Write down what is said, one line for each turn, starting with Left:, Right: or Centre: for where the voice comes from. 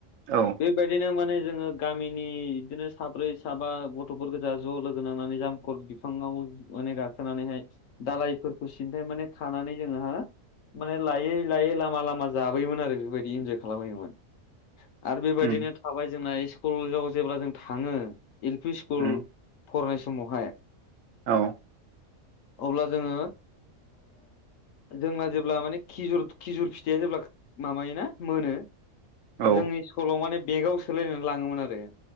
Right: औ
Left: बेबायदिनो माने जोङो गामिनि बिदिनो साब्रै साबा गथफोर गोजा ज' लोगो नांनानै जामखर बिफाङाव माने गाखोनानैहाय दालायफोरखौ सिन्थाय माने थानानै जोङो हा माने लायै लायै लामा लामा जाबोयोमोन आरो बेफोरबायदि इन्जय खालामबोयोमोन आरो बेबायदिनो
Right: उम
Left: थाबाय जोंना स्कुलेजाव जेब्ला जों थाङो एल पि स्कुल
Right: उम
Left: फरायनाय समावहाय
Right: औ
Left: अब्ला जोङो जोंना जेब्ला माने खिजुर खिजुर फिथाइया जेब्ला माबायोना मोनो
Right: औ
Left: जोंनि स्कुलाव माने बेगाव सोलायनानै लाङोमोन आरो